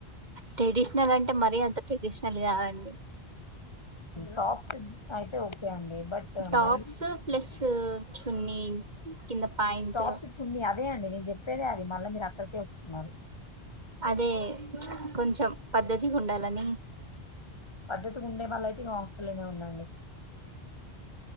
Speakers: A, on the right; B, on the left.
A: ట్రెడిషనల్ అంటే మరీ అంత ట్రెడిషనల్ కదండీ
B: టాప్స్ అయితే ఓకే అండి బట్
A: టాప్స్
B: మరి
A: ప్లస్ చున్నీ కింద పాయింట్
B: టాప్స్ చున్నీ ఆ అదే అండి నేను చెప్పేదే అది మళ్ళీ మీరు అక్కడికే వస్తున్నారు
A: అదే కొంచెం పద్ధతిగా ఉండాలని
B: పద్ధతి ఉండే వాళ్ళ అయితే హాస్టలోనే ఉండండి